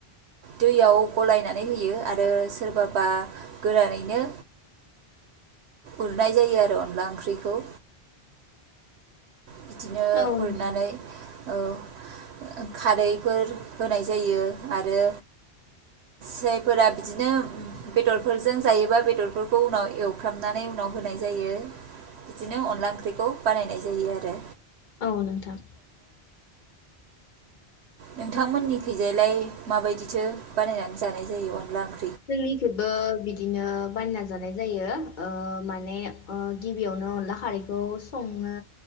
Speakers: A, on the right; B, on the left.
A: दैयाव गलायनानै होयो आरो सोरबाबा गोरानैनो उरनाय जायो आरो अनला ओंख्रिखौ। बिदिनो
B: औ नोंथां
A: उरनानै औ खारैफोर होनाय जायो आरो जायफोरा बिदिनो बेदरफोरजों जायोबा बेदरफोरखौ उनाव एवफ्रामनानै उनाव होनाय जायो बिदिनो अनला ओंख्रिखौ बानायनाय जायो आरो। दे।
B: औ नोंथां।
A: नोंथांमोननि गैजायालाय माबायदिथो बानायनानै जानाय जायो अनला ओंख्रि।
B: जोंनिखैबो बिदिनो बानायना ना जानाय जायो ओ माने ओ गिबियावनो अनला खारैखौ संनो